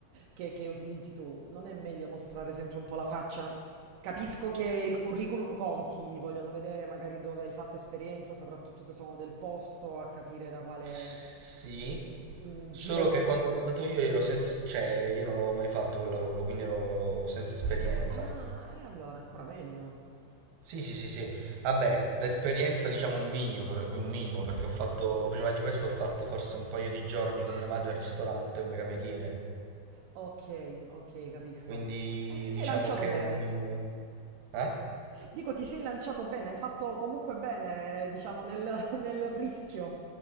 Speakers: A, on the right (about 80°); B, on the right (about 70°).
A: che, che utilizzi tu, non è meglio mostrare sempre un po' la faccia? Capisco che il curriculum conti, vogliono vedere magari dove hai fatto esperienza, soprattutto se sono del posto, a capire da quale,
B: Sì,
A: mh,
B: solo
A: giro puoi
B: che quando
A: venire.
B: l'ho mandato io ero senza, cioè io non avevo mai fatto quel lavoro, quindi ero senza esperienza.
A: Ah, e allora ancora meglio.
B: Sì, sì, sì, sì. Vabbè, l'esperienza diciamo un minimo, per- un minimo, perché ho fatto, prima di questo ho fatto forse un paio di giorni con mia madre al ristorante come cameriere,
A: Ok, ok, capisco.
B: quindi
A: Eh, ti sei
B: diciamo
A: lanciato
B: che
A: bene.
B: è un minimo. Eh?
A: Dico, ti sei lanciato bene, hai fatto comunque bene, eh, diciamo, nel, <laughs> nel rischio